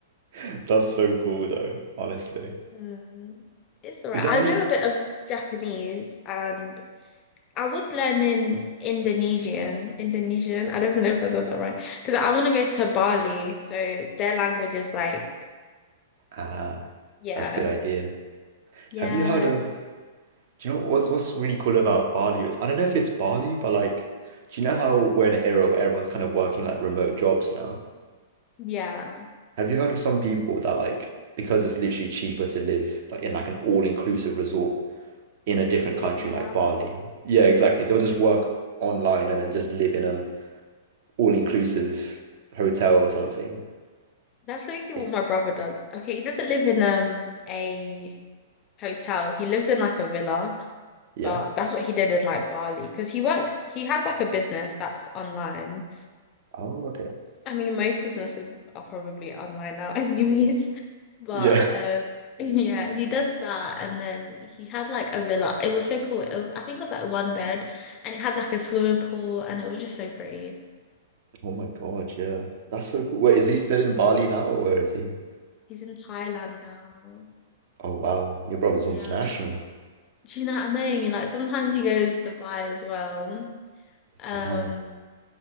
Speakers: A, on the right; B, on the left.
A: <laughs> That's so cool though, honestly.
B: Mm, it's all right.
A: Is there
B: I
A: any?
B: know a bit of Japanese and I was learning Indonesian. Indonesian. I don't know if I said that right. Because I want to go to Bali. So their language is like,
A: Ah,
B: yeah,
A: that's a good idea.
B: yeah,
A: Have you heard of Do you know what's what's really cool about Bali is I don't know if it's Bali, but like, do you know how we're in an era where everyone's kind of working like remote jobs now?
B: yeah.
A: Have you heard of some people that like because it's literally cheaper to live like in like an all-inclusive resort in a different country
B: They do
A: like
B: that.
A: Bali? Yeah, exactly. They'll just work online and then just live in a all-inclusive hotel or something.
B: That's literally
A: Y-
B: what my brother does. Okay, he doesn't live in um a hotel. He lives in like a villa,
A: Yeah.
B: but that's what he did in like Bali because he works. He has like a business that's online.
A: Oh, okay.
B: I mean, most businesses are probably online now, <laughs> as you mean. But
A: Yeah.
B: um,
A: <laughs>
B: <laughs> yeah, he does that, and then he had like a villa. It was so cool. It was- I think it was like one bed, and it had like a swimming pool, and it was just so pretty.
A: Oh my God, yeah. That's so
B: Um,
A: cool. Wait,
B: I haven't-
A: is he still in Bali now or where is he?
B: He's in Thailand now.
A: Oh wow, your brother's
B: Yeah,
A: international.
B: but do you know what I mean? Like sometimes he goes to Dubai as well, um,
A: Damn.